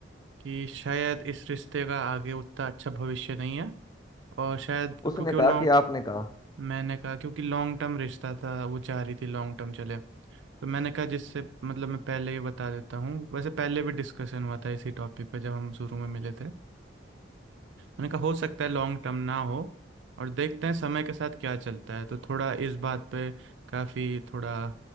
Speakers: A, on the right; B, on the left.
A: कि शायद इस रिश्ते का आगे उतना अच्छा भविष्य नहीं है और शायद क्योंकि
B: उसने कहा
A: वो लॉन्ग
B: कि आपने कहा
A: मैंने कहा क्योंकि लॉन्ग टर्म रिश्ता था वो चाह रही थी लॉन्ग टर्म चले तो मैंने कहा जिससे मतलब मैं पहले ही बता देता हूँ वैसे पहले भी डिस्कशन हुआ था इसी टॉपिक पे जब हम शुरू में मिले थे मैंने कहा हो सकता है लॉन्ग टर्म ना हो और देखते हैं समय के साथ क्या चलता है तो थोड़ा इस बात पे काफ़ी थोड़ा